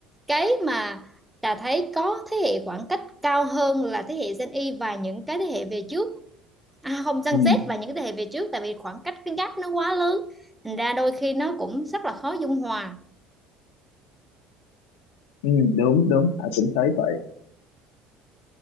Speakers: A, in the centre; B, on the left.
A: cái mà Trà thấy có thế hệ khoảng cách cao hơn là thế hệ Gen Y và những cái thế hệ về trước à không Gen
B: Ừ.
A: Z và những cái thế hệ về trước tại vì khoảng cách cái gap nó quá lớn thành ra đôi khi nó cũng rất là khó dung hòa
B: Ừ. đúng đúng Hải cũng thấy vậy